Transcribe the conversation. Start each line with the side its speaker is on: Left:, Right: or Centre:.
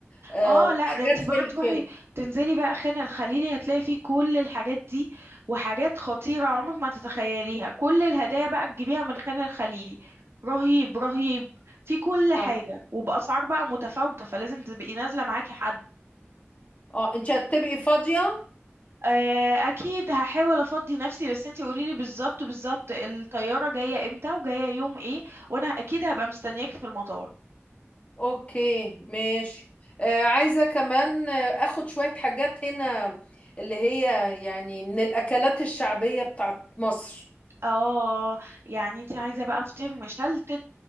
Left: آه،
Right: اه لا
Left: حاجات
Right: ده انتي بقى
Left: زي
Right: تروحي
Left: كده
Right: تنزلي بقى خان الخليلي هتلاقي فيه كل الحاجات دي وحاجات خطيرة عمرك ما تتخيليها كل الهدايا بقى تجيبيها من خان الخليلي رهيب رهيب في كل حاجة
Left: اه
Right: وبأسعار بقى متفاوتة فلازم تبقي نازلة معاكي حد
Left: اه انت هتبقي فاضية
Right: آه اكيد هحاول افضي نفسي بس انتي قوليلي بالظبط بالظبط الطيارة جاية امتى وجاية يوم ايه وانا اكيد هبقى مستنياكي في المطار
Left: اوكي ماشي آه، عايزة كمان آه، اخد شوية حاجات هنا اللي هي يعني من الاكلات الشعبية بتاعت مصر
Right: اه يعني انتي عايزة بقى فطير مشلتت